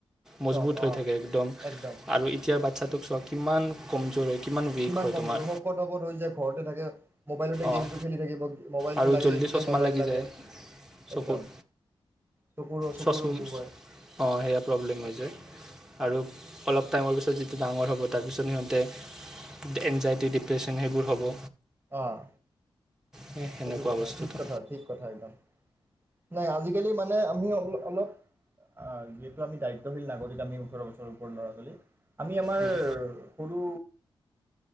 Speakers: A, in the centre; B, on the right (about 20°).
A: মজবুত
B: চন
A: হৈ
B: অঁ
A: থাকে একদম
B: একদম
A: আৰু এতিয়াৰ বাচ্ছাটোক চোৱা কিমান কমজোৰ হয় উইক
B: কিমান
A: হয়
B: কমজোৰ
A: তোমাৰ
B: শকত শকত হৈ যায় ঘৰতে থাকে মোবাইলতে গেমটো
A: অঁ
B: খেলি থাকিব মোবাইলটো
A: আৰু
B: লাগে
A: জল্দি
B: এনিটাইম
A: চশমা
B: মোবাইল
A: লাগি
B: লাগে
A: যায় চকুত
B: একদম চকুৰো চকুৰো
A: চচ
B: অসুখ হয়
A: অঁ সেয়া প্ৰব্লেম হৈ যায় আৰু অলপ টাইমৰ পিছত যিটো ডাঙৰ হ'ব তাৰপিছত সিহঁতে এনজাইটি ডিপ্ৰেশ্যন সেইবোৰ হ'ব।
B: আহ
A: সেই সেনেকুৱা
B: সেইটো কথা
A: বস্তুটো
B: ঠিক কথা ঠিক কথা একদম নাই আজিকালি মানে আমি অলপ যিহেতু আমি দায়িত্বশীল নাগৰিক আমি ওঠৰ বছৰৰ ওপৰ ল'ৰা ছোৱালী আমি আমাৰ
A: উম,
B: সৰু